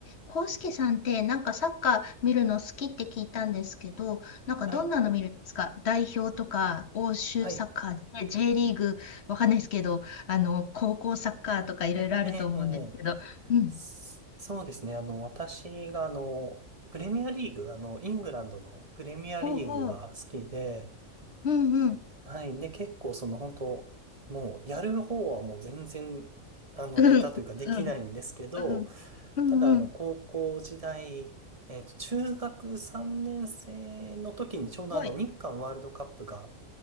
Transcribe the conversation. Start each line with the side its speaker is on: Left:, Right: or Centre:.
Left: コウスケさんってなんかサッカー見るの好きって聞いたんですけど、なんかどんなの見るんですか代表とか、
Right: はい、
Left: 欧州サッカー、
Right: はい、
Left: ね J リーグ、わかんないですけど、あの、高校サッカーとかいろいろあると思うんですけど。
Right: ええ、
Left: うん。
Right: そそうですね。あの、私が、あの、プレミアリーグ、あの、イングランドのプレミアリーグが好きで、
Left: ほうほう。うんうん。
Right: はい、で、結構、その、本当もう、やる方はもう全然、あの、
Left: うん。
Right: 下手というか、できないんですけど、
Left: うん。うん。うんうん。
Right: ただ、あの、高校時代、えっと、中学3年生の時に、ちょうど、
Left: はい。
Right: あの、日韓ワールドカップが